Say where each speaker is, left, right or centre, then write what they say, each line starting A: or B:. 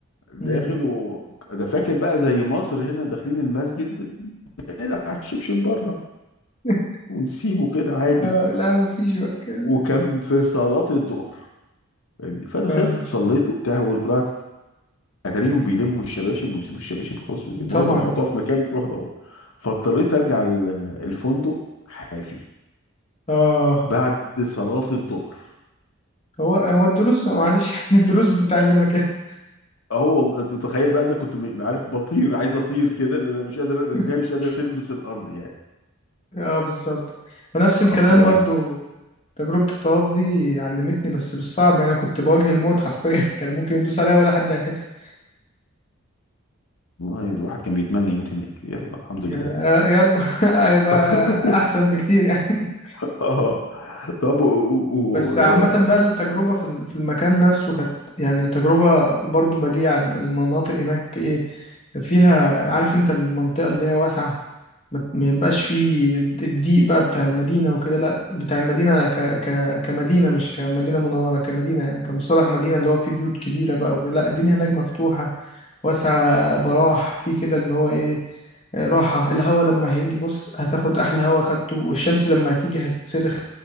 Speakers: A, on the left (about 75°); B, on the left (about 30°).
A: داخل
B: مم.
A: وانا فاكر بقى زي مصر هنا داخلين المسجد نلعب شبشب بره
B: <laughs>
A: ونسيبه كده عادي
B: آه لا مفيش بقى كده
A: وكان في صلاه الظهر فاهمني فدخلت
B: آه
A: صليت وبتاع وطلعت اتاريهم بيلموا الشباشب وما بيسيبوش الشباشب خلاص بيلموها
B: طبعا
A: بيحطوها في مكان بيروح دوت فاضطريت ارجع ال- الفندق حافي
B: آه
A: بعد صلاة الظهر
B: هو هو الدروس معلش <laughs> يعني الدروس بتتعلمها كده
A: اه والله انت تخيل بقى انا كنت م- عارف بطير عايز اطير كده مش قادر رجليها
B: <laughs>
A: مش قادرة تلمس الارض يعني
B: اه بالظبط ونفس الكلام
A: اه ف
B: برضو تجربة الطواف دي علمتني بس بالصعب يعني انا كنت بواجه الموت حرفيا <laughs> كان ممكن يدوس عليا ولا حد هيحس
A: والله الواحد كان بيتمنى يموت هناك يلا الحمد
B: يا-
A: لله
B: يلا <laughs> هيبقى
A: <laughs>
B: احسن بكتير يعني
A: اه طب و... و... و...
B: بس عامة بقى التجربة في ال- في المكان نفسه كانت يعني تجربة برضو بديعة المناطق هناك ايه فيها عارف انت المنطقة اللي هي واسعة ما ما يبقاش فيه الضيق بقى بتاع المدينة وكده لا بتاع المدينة ك ك كمدينة مش كمدينة منورة كمدينة يعني كمصطلح مدينة اللي هو فيه بيوت كبيرة بقى وكده لا الدنيا هناك مفتوحة واسعة براح في كده اللي هو ايه آه، راحة الهوا لما هيجي بص هتاخد أحلى هوا خدته والشمس لما هتيجي هتتسلخ